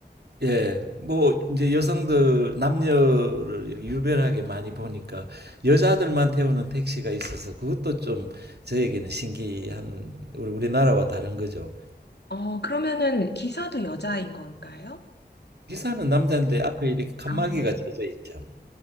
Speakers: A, on the right; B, on the left.
A: 예, 뭐 이제 여성들 남녀를 이렇게 유별하게 많이 보니까 여자들만 태우는 택시가 있어서 그것도 좀 저에게는 신기한 우리 우리나라와 다른 거죠.
B: 어, 그러면은 기사도 여자인 걸까요?
A: 기사는 남자인데 앞에 이렇게 칸막이가
B: 아.
A: 쳐져 있죠.